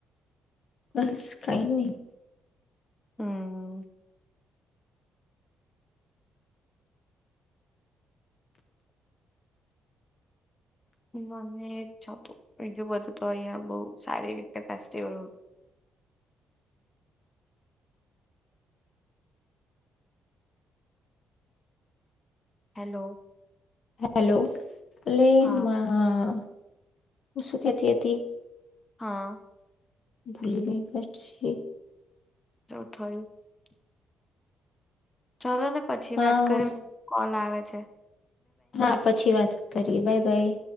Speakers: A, on the left; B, on the left.
A: બસ કઈ નહી.
B: હમ. મને બીજું બધું તો અહીંયા બહુ સારી રીતે ફેસ્ટિવલ હેલો.
A: હેલો. <unintelligible>
B: હા
A: ઉ શું કેહતી હતી.
B: હા.
A: ભૂલી ગયી પછી.
B: <unintelligible> ચાલોને. પછી
A: હા
B: વાત કરે કોલ આવે. અચ્છા.
A: હા પછી વાત કરીએ બાય બાય.